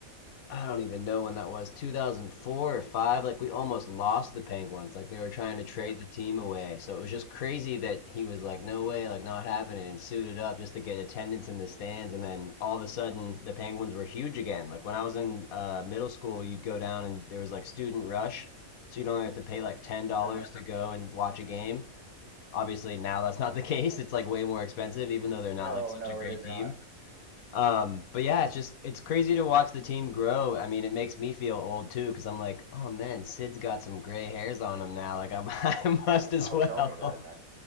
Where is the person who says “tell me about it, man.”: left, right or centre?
Right